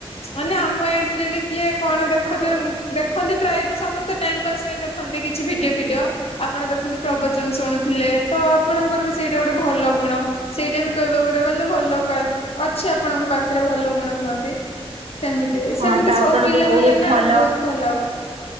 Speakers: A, on the left (about 75°); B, on the right (about 80°).
A: ମାନେ ଆମ ଏଜ ରେ ବି କିଏ କଣ ଦେଖଛ ଦେଖନ୍ତି ପ୍ରାୟତ ସମସ୍ତେ ଟାଇମ ପାସ୍ ପାଇଁ ଦେଖନ୍ତି କିଛି ଭିଡିଓ ଫିଡିଓ। ଆପଣ ଦେଖନ୍ତୁ ପ୍ରବଚନ ଶୁଣୁଥିଲେ ତ ଆପଣଙ୍କର ବି ସେଇଟା ଗୋଟେ ଭଲ ଗୁଣ ସେଇଟା ବି କହିବାକୁ ଗୋଟେ ଗଲେ ଭଲ କ୍ୱା ଅଛି ଆପଣଙ୍କ ପାଖରେ ଭଲ ଗୁଣ କୁହନ୍ତି। ସେମିତି
B: ହଁ
A: ସେମିତି
B: ତ
A: ସବୁ
B: ଆପଣ
A: ପିଲା
B: ବି ବହୁତ
A: ହେଲେ ନା
B: ଭଲ।
A: ବହୁତ ଭଲ।